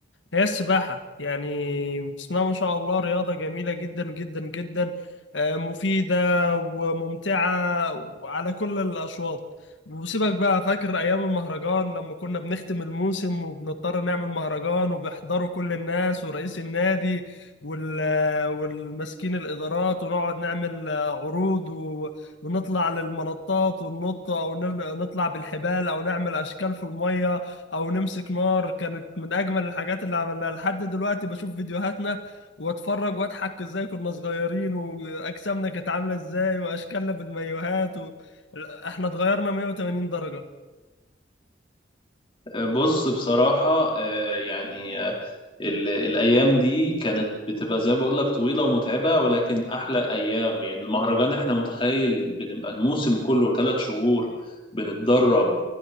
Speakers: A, on the left; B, on the left.
A: هي السباحة يعني بسم الله ما شاء الله رياضة جميلة جدا جدا جدا آه، مفيدة وممتعة وعلى كل الأشواط وسيبك بقى فاكر أيام المهرجان لما كنا بنختم الموسم وبنضطر نعمل مهرجان وبيحضروا كل الناس ورئيس النادي وال والمسكين الإدارات ونقعد نعمل آه، عروض و... ونطلع للمنطات وننط أو نطلع بالحبال أو نعمل أشكال في المية او نمسك نار كانت من اجمل الحاجات اللي عملناها لحد دلوقتي بشوف فيديوهاتنا واتفرج واضحك ازاي كنا صغيرين واجسامنا كانت عامله ازاي واشكالنا بالمايوهات و... احنا اتغيرنا 180 درجه
B: بص بصراحة آه، يعني آه، ال- الأيام دي كانت بتبقى زي ما بقول لك طويلة ومتعبة ولكن أحلى أيام يعني المهرجان إحنا متخيل بنبقى الموسم كله ثلاث شهور بنتدرب